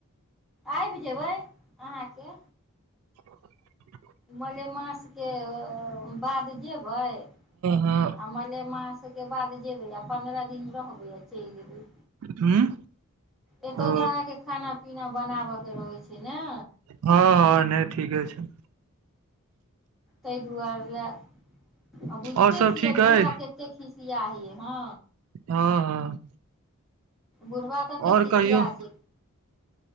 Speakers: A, in the centre; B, on the right (about 80°).
A: आबि जेयबै अहाँके
B: <inaudible>
A: मलेमास के बाद जे- -बैय
B: हँ
A: आ मलेमास के बाद जेबै आ पन्द्रह दिन रहबै आ चलि एबै
B: हुं
A: एतहु
B: ओ
A: तऽ अहाँके खाना पीना बनाबऽके रहै छै न
B: हँ हँ नहि ठीके छै
A: तै दुआरे ला आ बुझिते
B: और सब
A: छियै
B: ठीक अइ
A: बुढ़बा केते खिस- -सआह अइ हँ
B: हँ हँ
A: बुढ़बा कत्ते
B: और
A: खिसिया
B: कहियौ
A: छै